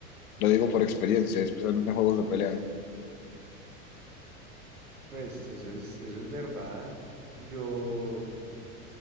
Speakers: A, on the left; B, on the right.
A: lo digo por experiencia, especialmente en juegos de pelea.
B: Pues eso es, eso es verdad. Yo,